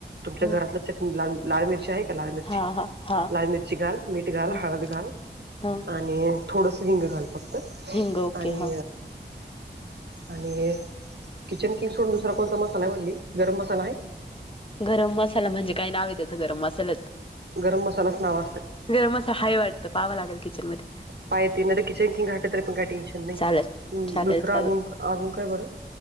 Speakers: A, on the right (about 65°); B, on the left (about 30°).
A: तुमच्या
B: हा
A: घरातलं चटणी लाल लाल मिरची आहे लाल मिर्ची,
B: हा हा हा
A: लाल मिर्ची घाल मीठ घाल
B: हा
A: हळद घाल
B: हा
A: आणि थोडंसं हिंग घाल फक्त
B: हिंग ओके
A: आणि
B: हा
A: आणि किचन किंग सोडून दुसरा कोण मसाला हाय म्हणली गरम मसाला हाय
B: गरम मसाला म्हणजे काय नाव त्याच गरम मसाल्याच
A: गरम मसालाच नाव असतय
B: गरम मसाला हाय वाटतं पाहावं लागेल किचन मध्ये
A: पाय ते ना तर किचन किंग घातलं तरी पण काही टेन्शन नाही
B: चालेल चालेल
A: दुसरं
B: चालेल
A: अजून, अजून काय बरं